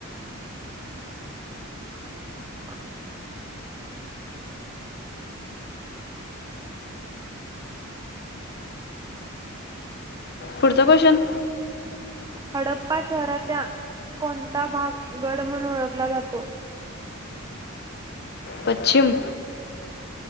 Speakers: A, on the right (about 20°); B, on the left (about 50°).
A: <inaudible>
B: पुढचा क्वशन?
A: हडप्पा शहराचा कोणता भाग गड म्हणून ओळखला जातो..
B: पश्चिम